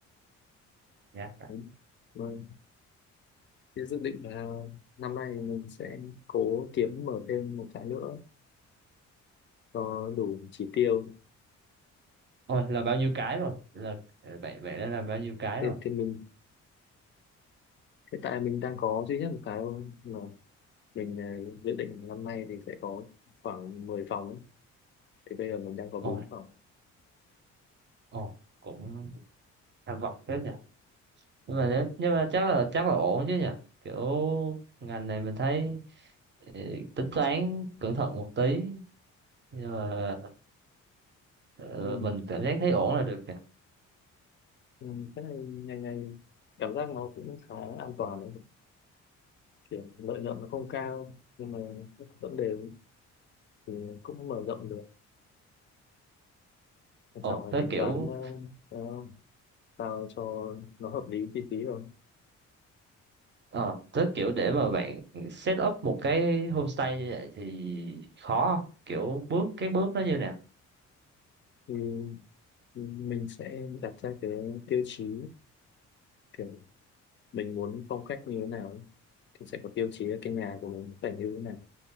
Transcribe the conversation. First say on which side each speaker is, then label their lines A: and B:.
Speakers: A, on the right; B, on the left.
A: nhắc rồi?
B: đúng rồi Thế dự định là năm nay mình sẽ cố kiếm mở thêm một cái nữa cho đủ chỉ tiêu
A: Ôi là bao nhiêu cái rồi? Là ờ, bạn bạn đã làm bao nhiêu cái
B: thì,
A: rồi?
B: thì mình hiện tại mình đang có duy nhất một cái thôi mà mình ờ, dự định là năm nay thì sẽ có khoảng 10 phòng ấy. thì bây giờ mình đang có bốn
A: Ôi,
B: phòng
A: ồ cũng tham vọng phết nhỉ. Nhưng mà nếu nhưng mà chắc là chắc là ổn chứ nhỉ. Kiểu ngành này mình thấy ờ, tính toán cẩn thận một tí nhưng mà ờ,
B: ừ.
A: mình cảm giác thấy ổn là được nhỉ.
B: Ừ. cái này ngày ngày cảm giác nó cũng khá an toàn đấy. kiểu lợi nhuận nó không cao nhưng mà vẫn đều thì cũng mở rộng được quan
A: Ồ
B: trọng là
A: thế
B: tính
A: kiểu
B: toán ờ, ờ, sao cho nó hợp lý chi phí rồi
A: Ờ, tới kiểu để mà bạn set up một cái homestay như vậy thì khó không? Kiểu bước cái bước nó như nào?
B: thì mình sẽ đặt ra cái tiêu chí kiểu mình muốn phong cách như thế nào thì sẽ có tiêu chí là cái nhà của mình phải như thế nào